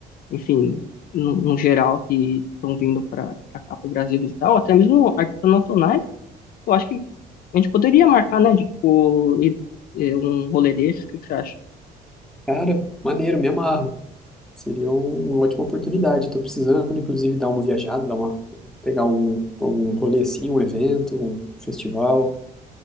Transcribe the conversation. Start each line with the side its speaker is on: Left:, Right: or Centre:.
Left: enfim, no, no geral, que estão vindo para cá, para o Brasil visitar, ou até mesmo artistas nacionais, eu acho que a gente poderia marcar, né, de, tipo, ir- eh, um rolê desse, o que que você acha?
Centre: Cara, maneiro, me amarro. Seria um- uma ótima oportunidade. Tô precisando, inclusive, dar uma viajada, dar uma, pegar algum, algum rolê assim, um evento, um festival,